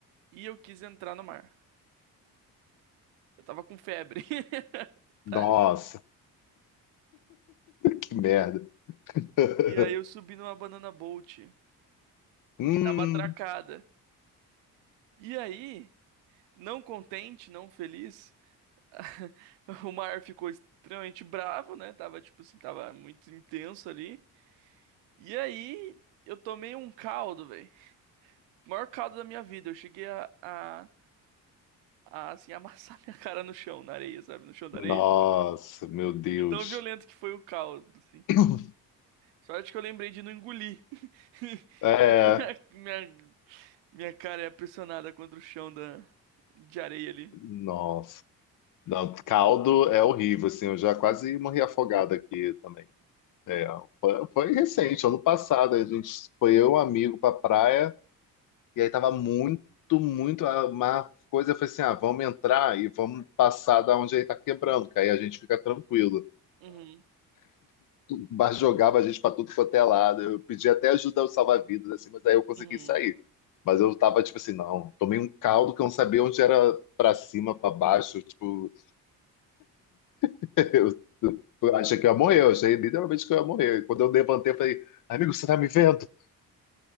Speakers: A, on the right; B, on the left.
A: e eu quis entrar no mar. Eu tava com febre. <laughs>
B: Nossa,
A: Detalhe.
B: que merda. <laughs>
A: E aí eu subi numa banana boat
B: Hum.
A: que tava atracada. E aí, Não contente, não feliz, <laughs> o Mar ficou extremamente bravo, né? Tava tipo assim, tava muito intenso ali. E aí eu tomei um caldo, velho. O Maior caldo da minha vida. Eu cheguei a, a, a assim, <laughs> amassar minha cara no chão, na areia, sabe? No chão da
B: Nossa,
A: areia.
B: meu Deus.
A: De tão violento que foi o caldo, assim.
B: <coughs>
A: Sorte que eu lembrei de não engolir. <laughs>
B: É,
A: Minha, minha, minha cara é pressionada contra o chão da, de areia ali.
B: nossa. Não, caldo é horrível, assim, eu já quase morri afogado aqui também. É, foi, foi recente, ano passado, a gente foi eu e um amigo pra praia, e aí tava muito, muito, a- uma coisa foi assim, ah, vamos entrar e vamos passar da onde ele tá quebrando, que aí a gente fica tranquilo.
A: Uhum.
B: Mas jogava a gente pra tudo quanto é lado. Eu pedi até ajuda ao salva-vidas, assim, mas aí eu consegui
A: Uhum.
B: sair. Mas eu tava tipo assim, não, tomei um caldo que eu não sabia onde era pra cima, pra baixo. Tipo, <laughs> eu, eu achei que eu ia morrer, eu achei literalmente que eu ia morrer. E Quando eu levantei, eu falei, amigo, você tá me vendo? <laughs>